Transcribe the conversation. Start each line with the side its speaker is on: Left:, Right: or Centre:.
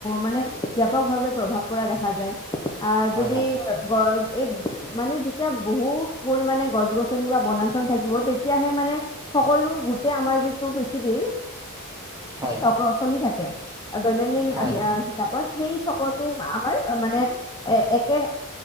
Left: মানে ব্যাপকভাৱে প্ৰভাৱ পৰা দেখা যায়। অ,
Right: হয়
Left: যদি
Right: হয়
Left: গ। এই মানে যেতিয়া বহু পৰিমণে গছ গছনি বা বনাঞ্চল থাকিব তেতিয়াহে মানে সকলো গো। তেতিয়া আমাৰ যি। পৃথিৱীৰ
Right: হয়
Left: চক্ৰ চলি থাকে দৈনন্দিন
Right: হয় হয় হয়
Left: হিচাপত সেই চক্ৰটো আমাৰ মানে একে।